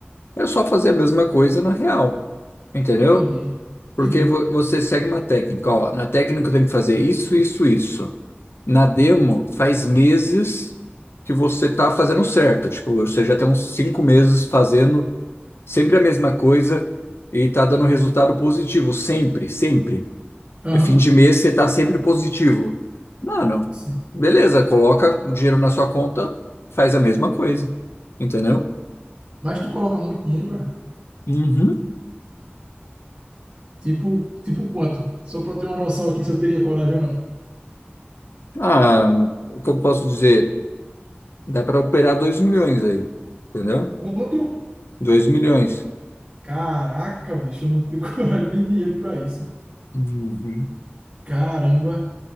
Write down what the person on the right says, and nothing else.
Entendi,
entendi.
Aham,
sim.
Mas tu coloca muito dinheiro, cara?
Tipo, tipo quanto? Só para eu ter uma noção aqui se eu teria coragem ou não.
Quanto?
Caraca, bicho, eu não tenho <laughs> coragem nem dinheiro pra isso.
Caramba.